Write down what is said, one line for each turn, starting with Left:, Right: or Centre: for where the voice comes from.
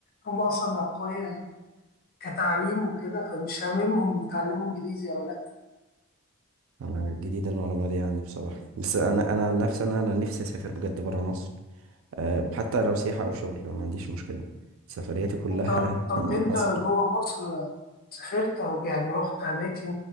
Left: هم أصلا أقوياء كتعليم وكده فمش هاممهم يتعلموا إنجليزي أو لأ
Right: أنا جديدة المعلومة دي يعني بصراحة بس أنا أنا عن نفسي أنا أنا نفسي أسافر بجد برا مصر أه حتى لو سياحة أو شغل أنا ما عنديش مشكلة سفرياتي كلها
Left: طب طب
Right: <laughs>
Left: انت
Right: مصر
Left: جوه مصر سافرت او يعني رحت اماكن